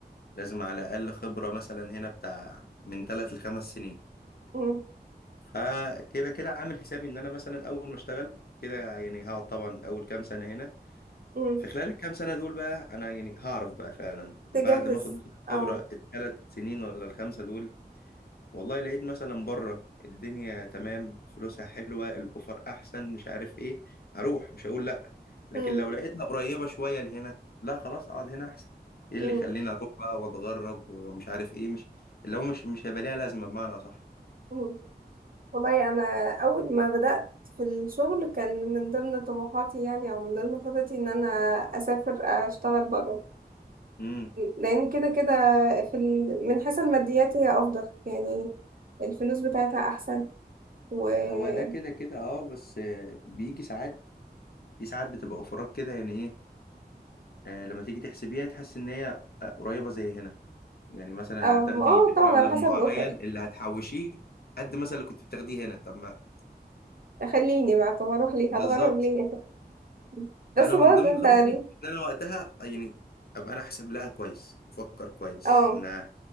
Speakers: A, on the left; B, on the right.
A: لازم على الاقل خبره مثلا هنا بتاع من ثلاث لخمس سنين
B: مم.
A: فكده كده عامل حسابي ان انا مثلا اول ما اشتغل كده يعني هقعد طبعا اول كام سنه هنا
B: مم.
A: في خلال الكام سنه دول بقى انا يعني هعرف بقى فعلا
B: تجهز
A: بعد ما اخد مثلا
B: او
A: خبره الثلاث سنين ولا الخمسه دول والله لقيت مثلا بره الدنيا تمام فلوسها حلوة الأوفر أحسن مش عارف إيه هروح مش هقول لأ لكن
B: مم.
A: لو لقيتها قريبة شوية لهنا لا خلاص أقعد هنا أحسن إيه اللي
B: مم.
A: يخليني أروح بقى وأتغرب ومش عارف إيه مش اللي هو مش مش هيبقى ليها لازمة بمعنى أصح
B: مم. والله انا اول ما بدات في الشغل كان من ضمن طموحاتي يعني او من ضمن خططي ان انا اسافر اشتغل بره
A: امم
B: لان كده كده في ال... من حيث الماديات هي افضل يعني الفلوس بتاعتها احسن و اه
A: هو ده كده كده أه بس آه، بيجي ساعات في ساعات بتبقى أوفرات كده يعني إيه آه لما تيجي تحسبيها تحس إن هي آه، قريبة زي هنا يعني مثلا
B: اه
A: هتاخدي
B: طبعا
A: مبلغ
B: على حسب
A: معين
B: الاوفر
A: اللي هتحوشيه قد مثلا اللي كنت بتاخديه هنا طب ما
B: خليني بقى طب اروح ليه
A: بالظبط
B: هتغرب ليه <laughs> بس
A: فانا
B: برضه
A: من ضمن
B: انت
A: خططي
B: ال-
A: ان انا وقتها يعني ابقى انا حاسب لها كويس مفكر كويس
B: اه
A: ان